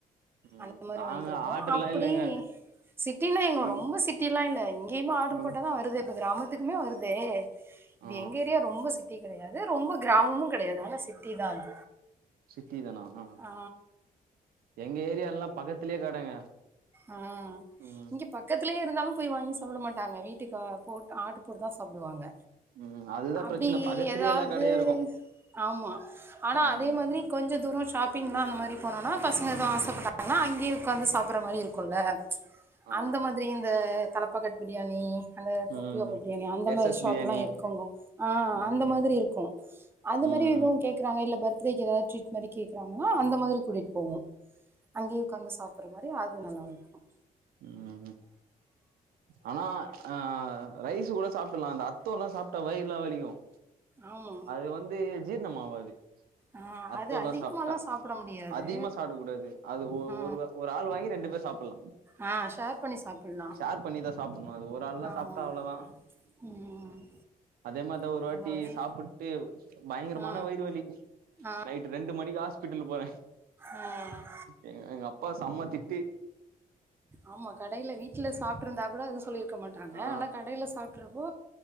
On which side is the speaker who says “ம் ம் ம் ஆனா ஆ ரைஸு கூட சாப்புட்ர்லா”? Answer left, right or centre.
Right